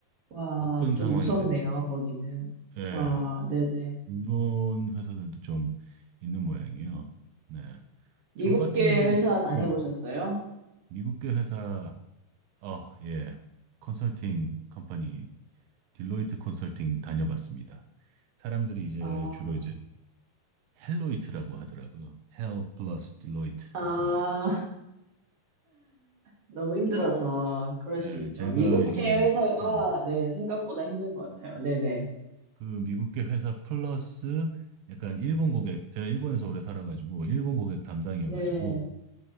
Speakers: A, on the right (about 50°); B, on the right (about 80°).
A: 와,
B: 어떤 상황이든지.
A: 좀 무섭네요, 거기는.
B: 예.
A: 와, 네네.
B: 이런 회사들도 좀 있는 모양이에요. 네.
A: 미국계
B: 저 같은 경우
A: 회사 다녀보셨어요?
B: 음, 미국계 회사 어, 예. 컨설팅 컴퍼니 딜로이트 컨설팅 다녀봤습니다. 사람들이 이제
A: 아,
B: 주로 이제 헬로이트라고 하더라고요. 헬 플러스 딜로이트
A: 아,
B: 해서
A: 너무 힘들어서 그럴
B: 네,
A: 수 있죠.
B: 제가
A: 미국계
B: 이제
A: 회사가
B: 음,
A: 네, 생각보다 힘든 것 같아요. 네네.
B: 그 미국계 회사 플러스 약간 일본 고객 제가 일본에서 오래 살아가지고 일본 고객 담당이어가지고
A: 네. 네.